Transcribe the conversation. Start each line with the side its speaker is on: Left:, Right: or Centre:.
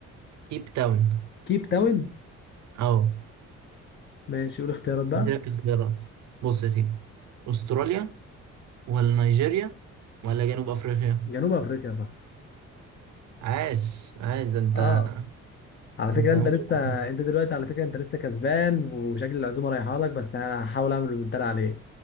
Right: كيب تاون
Left: كيب تاون
Right: اه
Left: ماشي قول اختيارات بقى
Right: عندك اختيارات بص يا سيدي استراليا ولا نيجيريا ولا جنوب افريقيا
Left: جنوب افريقيا صح
Right: عاش عاش ده انت
Left: اه على
Right: ده
Left: فكرة انت
Right: انت
Left: لسه
Right: <laughs>
Left: انت دلوقتي على فكرة انت لسه كسبان وشكل العزومة رايحة لك بس انا هحاول اعمل ريمونتادا عليك